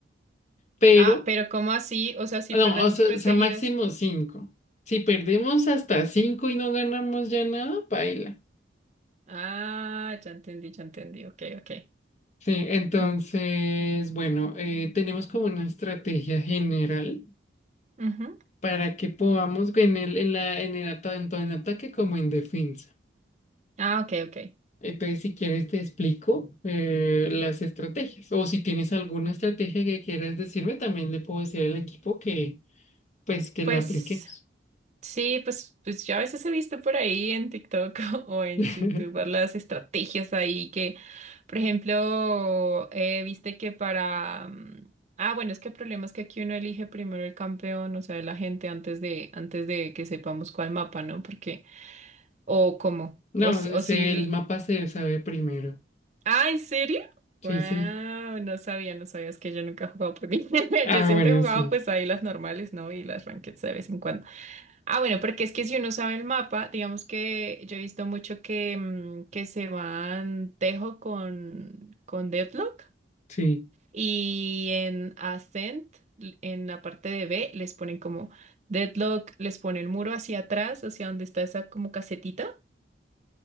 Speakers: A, on the left; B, on the right.
A: Pero,
B: Ah, pero ¿cómo así? O sea, si
A: no,
B: perdemos
A: o sea,
B: tres
A: o sea,
B: seguidas.
A: máximo cinco. Si perdemos hasta cinco y no ganamos ya nada, paila.
B: Ah, ya entendí, ya entendí. Ok, ok.
A: Sí, entonces,
B: Mm.
A: bueno, eh, tenemos como una estrategia general
B: Ujú.
A: para que podamos en el, en la, en el ata- tanto en ataque como en defensa.
B: Ah, ok, ok.
A: Entonces, si quieres, te explico eh, las estrategias. O si tienes alguna estrategia que quieras decirme, también le puedo decir al equipo que, pues, que
B: Pues
A: la apliquemos.
B: sí, pues, pues yo a veces he visto por ahí en TikTok <laughs> o en
A: <laughs>
B: YouTube las estrategias ahí que, por ejemplo, eh, viste que para... mm, Ah, bueno, es que el problema es que aquí uno elige primero el campeón, o sea, la gente antes de, antes de que sepamos cuál mapa, ¿no? Porque... O cómo.
A: No,
B: O, s- o
A: se-
B: si
A: el mapa se sabe primero.
B: Ah, ¿en serio?
A: Sí,
B: Wow,
A: sí.
B: no sabía, no sabías que yo nunca he jugado por mí. <laughs>
A: Ah,
B: Yo siempre
A: bueno,
B: he jugado
A: sí,
B: pues ahí las normales, ¿no? Y las rankeds de vez en cuando. Ah, bueno, porque es que si uno sabe el mapa, digamos que yo he visto mucho que, mm, que se van Tejo con, con Deadlock
A: sí.
B: y en Ascent, l- en la parte de B, les ponen como Deadlock, les pone el muro hacia atrás, hacia donde está esa como casetita.